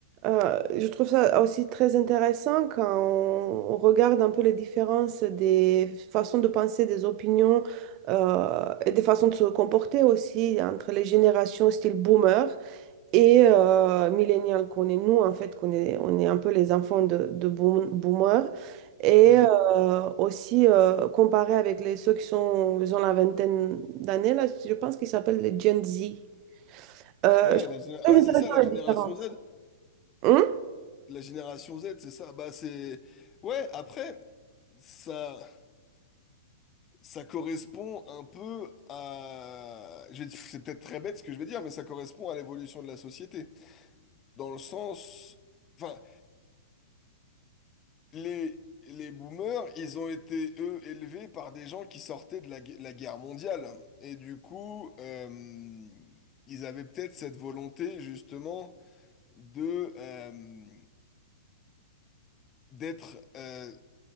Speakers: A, on the right; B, on the left.
A: Euh, je trouve ça aussi très intéressant quand on, on regarde un peu les différences des façons de penser, des opinions euh, et des façons de se comporter aussi entre les générations style boomer et euh, millennial qu'on est nous en fait, qu'on est, on est un peu les enfants de, de boom- boomer et
B: Mhm.
A: euh, aussi euh, comparé avec les, ceux qui sont, ils ont la vingtaine d'années là, je pense qu'ils s'appellent les Gen Z. Euh,
B: Ouais,
A: je trouve
B: la géné-
A: très
B: ouais,
A: intéressant
B: c'est ça, la génération
A: les différences.
B: Z.
A: Hum?
B: La génération Z, c'est ça. Bah, c'est... Ouais, après, ça, ça correspond un peu à... je vais- dire- C'est peut-être très bête ce que je vais dire, mais ça correspond à l'évolution de la société. Dans le sens... Enfin, les, les boomers, ils ont été, eux, élevés par des gens qui sortaient de la, gue- la guerre mondiale. Et du coup, euh, ils avaient peut-être cette volonté, justement, de... euh, d'être euh,